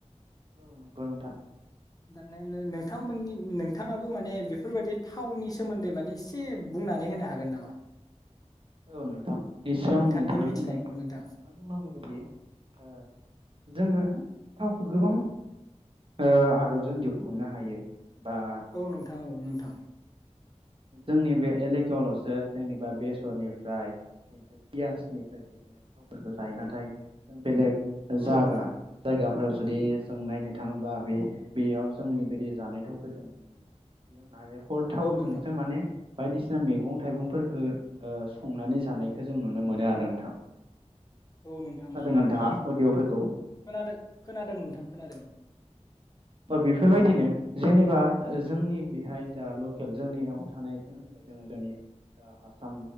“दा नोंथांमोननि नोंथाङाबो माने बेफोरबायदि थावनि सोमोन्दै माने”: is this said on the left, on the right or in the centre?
Left